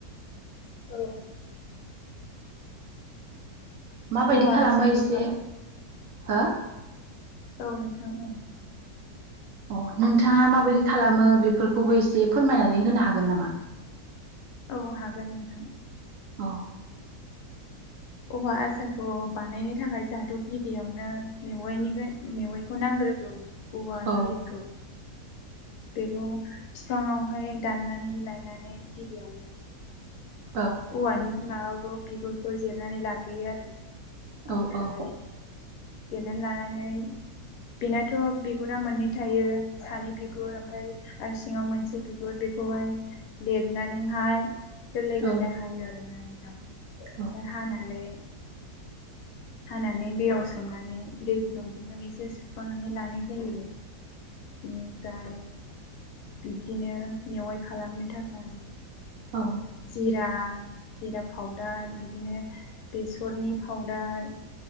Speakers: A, on the left (about 70°); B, on the right (about 65°).
A: औ।
B: माबायदि
A: औवा
B: खालामबा
A: आसारखौ
B: एसे
A: खालाम
B: हा।
A: औ नोंथां औ।
B: अ नोंथाङा माबायदि खालामो बेफोरखौबो एसे फोरमायनानै होनो हागोन नामा?
A: औ हागोन नोंथां।
B: औ।
A: औवा आसारखौ बानायनो थाखाय जोंहाथ' गिबियावनो मेवाइनि मेवाइखौ नांग्रोगौ। औवा
B: औ
A: गोरलैखौ बेखौ बिफाङावहाय दाननानै लायनानै गिबियावनो
B: औ
A: औवानि माबाखौ बिगुरखौ जि जिरनानै लाग्रोयो आरो
B: औ
A: आमफ्राय
B: औ
A: जिरनानै लानानै बेनाथ' बिगुरा मोननै थायो सानि बिगुर ओमफ्राय आरो सिङाव मोनसे बिगुर बेखौहाय लेबनानैहाय गोरलै गोरलै
B: औ
A: हायो आरो ना
B: औ
A: आमफ्राय हानानै हानानै दैयाव सोमनानै दै गुदुंफोरजों एसे सुखनानै लानाय जायो। बेनिफ्राय बिब्दिनो मेवाइ खालामनो थाखाय
B: औ
A: जिरा जिरा पावदार बिदिनो बेसरनि पावदार